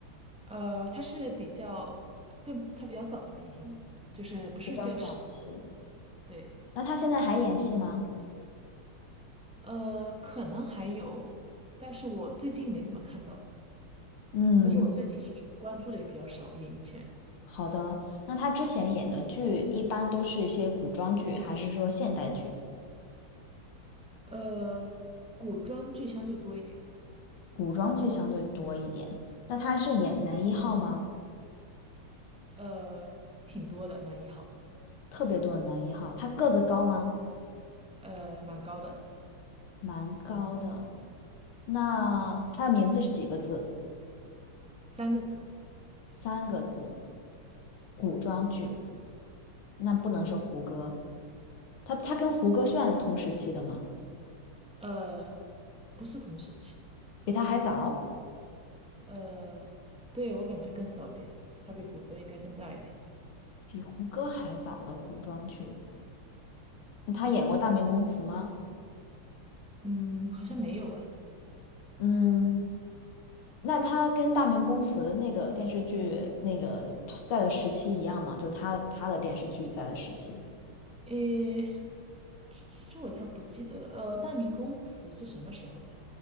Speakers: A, in the centre; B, on the left.
A: 呃，他是比较更，他比较早的明星，就是不是这个时，
B: 比较早期。
A: 对，
B: 那他现在还演戏吗？
A: 呃，可能还有，但是我最近没怎么看到，
B: 嗯，
A: 但是我最近关注的也比较少，演艺圈，
B: 好的。那他之前演的剧一般都是一些古装剧，还是说现代剧？
A: 呃，古装剧相对多一点，
B: 古装剧相对多一点。那他是演男一号吗？
A: 呃，挺多的，男一号，
B: 特别多的男一号。他个子高吗？
A: 呃，蛮高的。
B: 蛮高的。那他的名字是几个字？
A: 三个字，
B: 三个字。古装剧，那不能是胡歌。他他跟胡歌算同时期的吗？
A: 呃，不是同时期的，
B: 比他还早，
A: 呃，对，我感觉更早一点，它比胡歌应该更大一点，
B: 比胡歌还早的古装剧。那他演过《大明宫词》吗？
A: 嗯，好像没有哎，
B: 嗯，那他跟《大明宫词》那个电视剧那个在的时期一样吗？就他他的电视剧在的时期，
A: 诶，这这我太不记得了，呃，大明宫词是什么时候的？